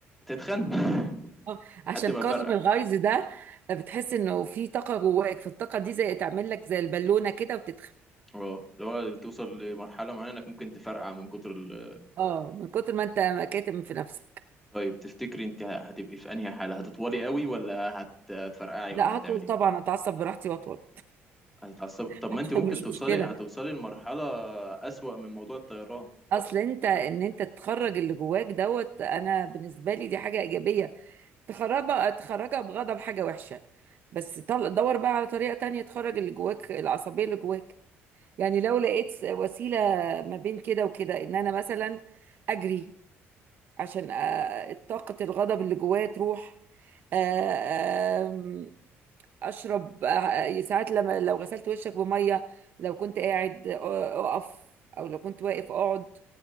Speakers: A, in the centre; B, on the right.
A: تتخن <laughs>
B: اه
A: لحد
B: عشان
A: ما
B: كظم
A: فرقع
B: الغيظ ده بتحس انه في طاقه جواك فالطاقه دي زي تعمل لك زي البالونه كده وتتخن
A: اه اللي هو توصل لمرحلة معينة انك ممكن تفرقع من كتر ال...
B: اه من كتر ما انت كاتم في نفسك
A: طيب تفتكري انت هتبقي في انهي حاله هتطولي قوي ولا هت- هتفرقعي
B: لا
A: ولا هتعملي
B: هطول طبعا
A: ايه
B: اتعصب براحتي واطول
A: هتتعصبي طب
B: <laughs>
A: ما انت ممكن
B: مش
A: توصلي
B: مشكله
A: هتوصلي لمرحله اسوأ من موضوع الطيران
B: اصل انت ان انت تخرج اللي جواك دوت انا بالنسبه لي دي حاجه ايجابيه تخرجها تخرجها بغضب حاجة وحشة بس طل... دور بقى على طريقة تانية تخرج اللي جواك العصبية اللي جواك يعني لو لقيت وسيلة ما بين كده وكده ان انا مثلا اجري عشان أ- طاقة الغضب اللي جوايا تروح أ- أم- اشرب أ- ساعات لما لو غسلت وشك بمية لو كنت قاعد أ- اقف او لو كنت واقف اقعد